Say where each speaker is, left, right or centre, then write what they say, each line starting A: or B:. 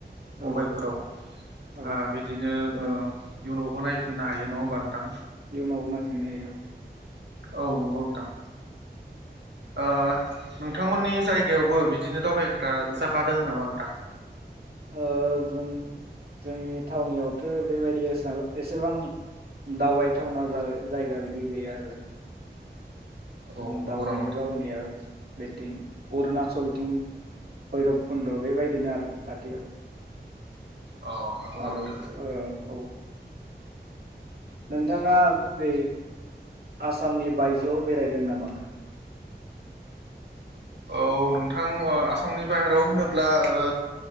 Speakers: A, on the right; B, on the right.
A: औ
B: मबाइलफोराव ओ
A: औ
B: बिदिनो ओ इयुनावबो नायफिननो हायो नङा होमबा? नोंथां
A: इयुनावबो नायफिननो हायो औ।
B: औ नंगौ नोंथां ओ नोंथांमोननि जायगायावबो बिदिनो दावबायग्रा जागा दोङो नामा नोंथां?
A: ओ जों जोंनि थावनियावथ बेबायदि एसां एसेबां दावबायथावना जाय जायगा बिदि गैया आरो
B: औ
A: जों
B: नंगौ
A: दावबायनोबा
B: नामा नोंथां
A: मानिया बेथिं अरुणाचलथिं भैरबकुन्द बेबायदिनो आरो खाथियाव
B: अ नंगौ नामा
A: आरो
B: नोंथां
A: ओ औ नोंथाङा
B: औ
A: बे आसामनि बायजोआव बेरायदों नामा?
B: औ नोंथां ओ आसामनि बाहेराव होनोब्ला ओ